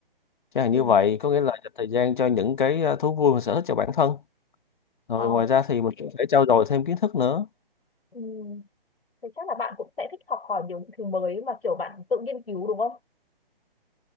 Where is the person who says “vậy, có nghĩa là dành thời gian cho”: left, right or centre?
Left